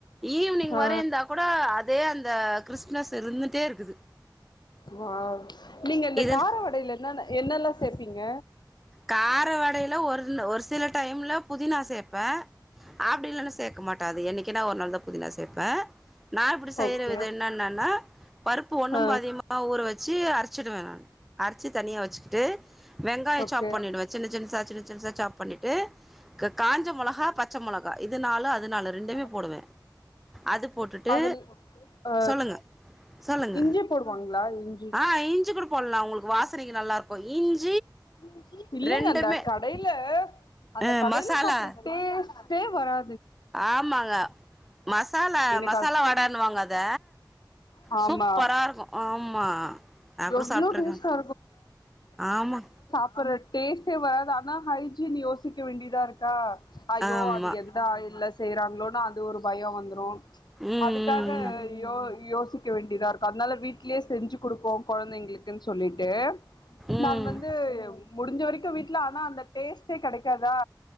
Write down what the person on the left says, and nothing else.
ஆ
வாவ் நீங்க இந்த
கார வடயில என்னன்ன என்னல்ல சேப்பிங்க
ஓகே
ஆ
ஓகே
ஆ
அதுல் ஆ
இஞ்சி போடுவாங்களா இஞ்சி
இஞ்சி இல்லைங்க
அந்த கடைல அந்த
கடைல
சாப்பிடுற டேஸ்ட் தே வரா
எனக்கு
அது
மசாலா
மசாலா வாட ஆமா
எவ்ளோ
டேஸ்ட்டா
அப்றோ டேஸ்ட்டே வராது ஆனா ஹைஜீன் யோசிக்க வேண்டியதா இருக்கா ஐயோ
அது எந்த ஆயில செய்றாங்களோனு அது ஒரு பயம் வந்து
அதுக்காக
யோ யோசிக்க வேண்டியதா இருக்கும் அதனால வீட்லயே செஞ்சு குடுப்போம் கொழந்தைங்களுக்கு சொல்லிட்டு
நான் வந்து முடிஞ்ச வரைக்கும் வீட்ல ஆனா அந்த டேஸ்ட்டே கிடைக்காதா